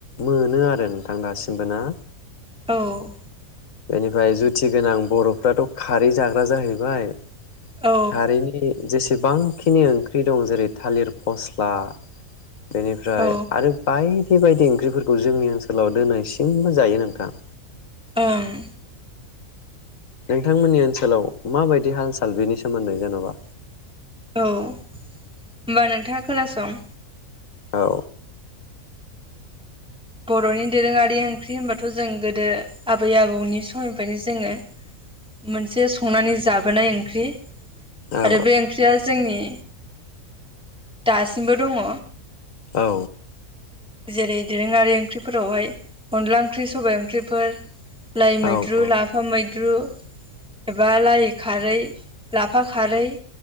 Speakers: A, on the left; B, in the centre.
A: मोनो आरो नोंथां दासिमबो ना।
B: औ।
A: बेनिफ्राय जुथि गोनां बर'फ्राथ' खारै जाग्रा जाहैबाय
B: औ
A: खारैनि जेसेबांखिनि ओंख्रि दं जेरै थालिर फस्ला बेनिफ्राय
B: ओं औ
A: आरो बायदि बेबायदि ओंख्रिफोरखौ जोंनि ओनसोलाव दिनैसिमबो जायो नोंथां।
B: ओं।
A: नोंथांमोननि ओनसोलाव माबायदि हाल साल बेनि सोमोन्दै जेनबा
B: औ होमबा नोंथाङा खोनासं
A: औ।
B: बरनि दोरोङारि ओंख्रि होनबाथ जों गोदो आबै आबौनि समनिफ्रायनो जोङो मोनसे संनानै जाबोनाय ओंख्रि
A: औ
B: आरो बे ओंख्रिया जोंनि दासिमबो दङ।
A: औ।
B: जेरै दोरोङारि ओंख्रिफोरावहाय अनला ओंख्रि सबाय ओंख्रिफोर लाइ मैद्रु,
A: औ औ
B: लाफा मैद्रु एबा लाइ खारै लाफा खारै